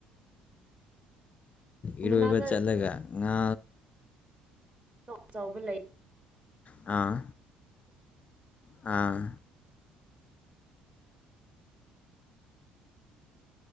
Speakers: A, on the left; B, on the right.
A: ꯏꯔꯣꯏꯕ
B: ꯃꯅꯥꯛꯇ
A: ꯆꯠꯂꯒ ꯉꯥ
B: ꯆꯥꯎ ꯆꯥꯎꯕ ꯂꯩ
A: ꯑꯥ ꯑꯥ